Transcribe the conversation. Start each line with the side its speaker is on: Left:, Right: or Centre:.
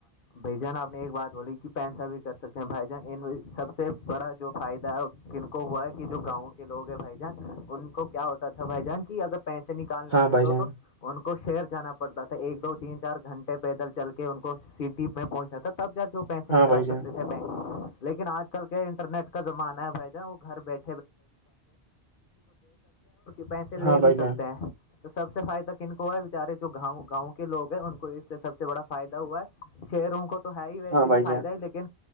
Left: بھائی جان آپ نے ایک بات بولی کہ پیسہ بھی کر سکتے ہیں بھائی جان سب سے بڑا جو فائدہ ہے کن کو ہوا کہ جو گاؤں کے لوگ ہیں بھائی جان ان کو کیا ہوتا تھا بھائی جان کی اگر پیسے نکالنے
Right: ہاں
Left: ہوتے
Right: بھائی
Left: تو
Right: جان
Left: تو ان کو شہر جانا پڑتا تھا ایک دو تین چار گھنٹے پیدل چل کے ان کو سٹی پ پہنچنا تھا تب جا کےک پیسے
Right: ہاں
Left: نکال
Right: بھائی
Left: سکتے
Right: جان
Left: تھے بینک سے لیکن آج آ ج کل کے انٹرنیٹ کا زمانہ ہے بھائی پیسے لے
Right: ہاں بھائی
Left: بھی سکتے
Right: جان
Left: ہیں تو سب سے فائدہ کن کو ہے بچارے جو گاؤں گاؤں کے لوگ ہیں ان کو اس سے سب سے بڑا فائدہ ہوا ہے شہروں کو تو ہے ہی ویسے
Right: ہاں بھائی
Left: بھی
Right: جان
Left: فائدہ ہے لیکن